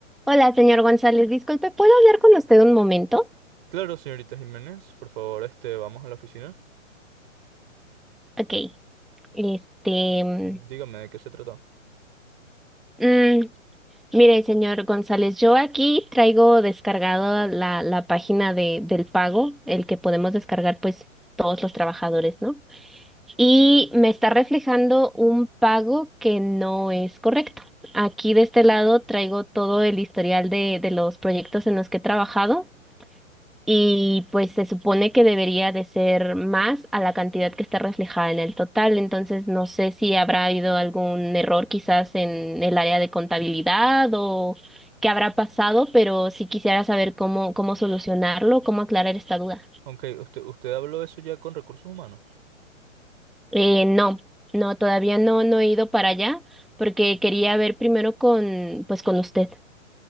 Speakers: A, in the centre; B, on the right.
A: Hola, señor González, disculpe, ¿puedo hablar con usted un momento?
B: Claro, señorita Jiménez, por favor, este, vamos a la oficina.
A: Ok, este, mm,
B: Dígame de qué se trata.
A: mm, mire, señor González, yo aquí traigo descargada la, la página de, del pago, el que podemos descargar pues todos los trabajadores, ¿no? Y me está reflejando un pago que no es correcto. Aquí de este lado traigo todo el historial de, de los proyectos en los que he trabajado y pues se supone que debería de ser más a la cantidad que está reflejada en el total. Entonces, no sé si habrá habido algún error quizás en el área de contabilidad o qué habrá pasado, pero sí quisiera saber cómo, cómo solucionarlo, cómo aclarar esta duda.
B: Ok, usted, usted habló de eso ya con recursos humanos.
A: Eh, no, no, todavía no, no he ido para allá porque quería ver primero con, pues con usted.